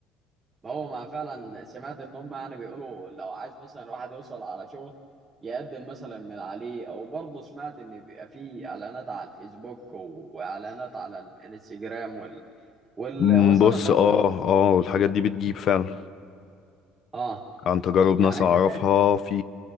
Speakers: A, on the right; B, on the left.
A: ما هو ما فعلا سمعت ان هم يعني بيقولوا لو عايز مثلا الواحد يوصل على شغل يقدم مثلا من عليه او برضه سمعت ان بيبقى في اعلانات على الفيسبوك و- واعلانات على الانستجرام وال والوسائل
B: مم، بص
A: التواصل
B: اه اه الحاجات دي بتجيب فعلا
A: اه
B: عن تجارب
A: يعني
B: ناس
A: انت
B: أعرفها
A: شايف
B: في